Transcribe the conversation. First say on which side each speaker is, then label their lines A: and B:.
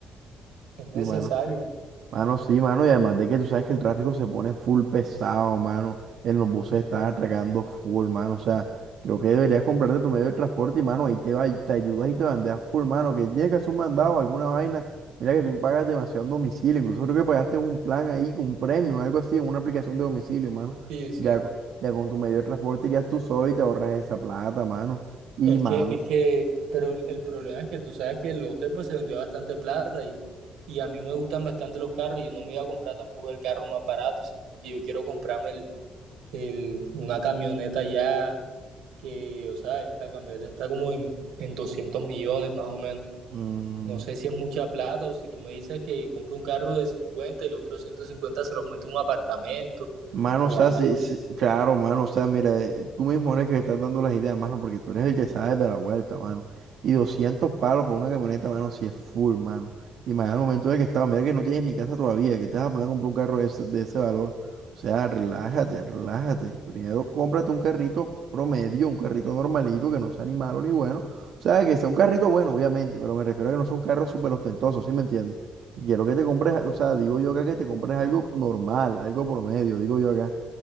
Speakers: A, on the right (about 90°); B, on the right (about 70°).
A: es necesario,
B: Sí, mano. Mano, sí, mano, y además de que tú sabes que el tráfico se pone full pesado, mano, en los buses están atracando full, mano, o sea, creo que deberías comprarte tu medio de transporte y, mano, ahí te va, te ayudas y te bandeas full, mano, que tienes que hacer un mandado o alguna vaina, mira que tú pagas demasiado en domicilio, incluso creo que pagaste un plan ahí, con un premio, algo así, en una aplicación de domicilio, mano,
A: sí, sí.
B: ya, co- ya con tu medio de transporte irías tú solo y te ahorras esa plata, mano, y,
A: Es
B: mano,
A: que, es que, pero el el problema es que tú sabes que el lote pues se vendió bastante plata y, y a mí me gustan bastante los carros. Yo no me iba a comprar tampoco el carro más barato, sino que yo quiero comprarme el, el- una camioneta ya que, o sea, la camioneta está como en, en 200 millones más o menos.
B: mm,
A: No sé si es mucha plata o si tú me dices que compre un carro de 50 y los otros 150 se los meto en un apartamento
B: Mano,
A: o
B: o sea,
A: algo.
B: sí, sí, claro, mano, o sea, mira, eh, tú mismo eres que le estás dando las ideas, mano, porque tú eres el que sabe de la vuelta, mano. Y 200 palos por una camioneta, mano, si es full, mano. Y más al momento en el que estaba, mira que no tienes ni casa todavía, que te vas a poner a comprar un carro de ese, de ese valor. O sea, relájate, relájate. Primero cómprate un carrito promedio, un carrito normalito, que no sea ni malo ni bueno. O sea, que sea un carrito bueno, obviamente, pero me refiero a que no sea un carro súper ostentoso, ¿sí me entiendes? Quiero que te compres, o sea, digo yo acá que te compres algo normal, algo promedio, digo yo acá.